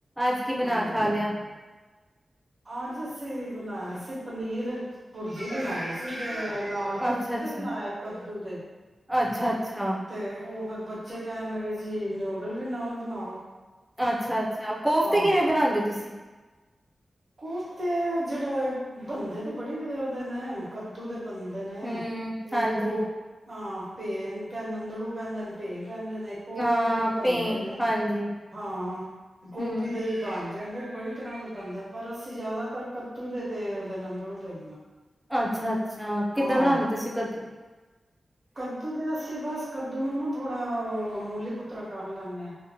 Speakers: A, in the centre; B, on the right.
A: ਅੱਜ ਕੀ ਬਣਾ
B: ਹਾਂ।
A: ਖਾ ਲਿਆ?
B: ਅੱਜ ਅਸ ਕੀ ਬਣਾਯਾ ਸੀ ਪਨੀਰ। ਭੁਰਜੀ ਬਨਾਈ ਸ ਤੇ ਫੇ ਨਾਲ ਕੂਲਚੇ
A: ਅੱਛਾ ਅੱਛਾ
B: ਬਣਾਏ ਤੰਰੇਦੂ ਦੇ
A: ਅੱਛਾ ਅੱਛਾ
B: ਤੇ ਔ ਫੇਰ ਬੱਚੇ ਕੈਣ ਲੱਗੇ ਜੀ ਨਿਊਡਲ ਵੀ ਨਾਲ ਬਣਾਓ।
A: ਅੱਛਾ -ਅੱਛਾ, ਕੋਫਤੇ
B: ਹਾਂ
A: ਕਿਵੇਂ ਬਣਾਂਦੇ ਤੁਸੀਂ? <inaudible>
B: ਕੋਫਤੇ ਜੇੜੇ ਬਣਦੇ ਤੇ ਬੜੀ ਜ ਔਦੇ ਨੇ ਕੱਦੂ ਦੇ ਬਣਦੇ ਨੇ
A: ਹੂੰ ਹਾਂਜੀ
B: ਇਕ ਔ ਆਂ ਭੇ ਕ ਨੰਦੜੂ ਕਹਿਦੇ ਨੇ ਭੈਂ- ਕੈੰਦੇ ਨੇ ਕੂਲ
A: ਹਾਂ
B: ਦੇ ਵੀ ਬਣਦੇ
A: ਪੇ
B: ਨੇ
A: ਹਾਂਜੀ
B: ਹਾਂ ਗੋਭੀ
A: ਹੂੰ
B: ਦੇ ਵੀ ਬਣ ਵੇਂਗਣ ਬੜੀ ਤਰ੍ਹਾਂ ਦੇ ਬਣਦੇ ਨੇ। ਪਰ ਅਸੀਂ ਜਿਆਦਾਤਰ ਕੱਦੂ ਦੇ ਤੇ ਔਦੇ ਨੰਦੜੁ ਦੇ।
A: ਅੱਛਾ -ਅੱਛਾ। ਅੱਛਾ, ਕਿੱਦਾਂ
B: ਹਾਂ
A: ਬਣਾਦੇ ਤੁਸੀਂ ਕਦੂ?
B: ਕੱਦੂ ਦੇ ਅੱਸੀਂ ਬਸ ਕੱਦੂ ਨੂੰ ਨਾ ਥੋੜਾ ਅ ਮੂਲੀਕੁਤਰਾ ਕਰ ਲੈਂਣੇ ਆਂ।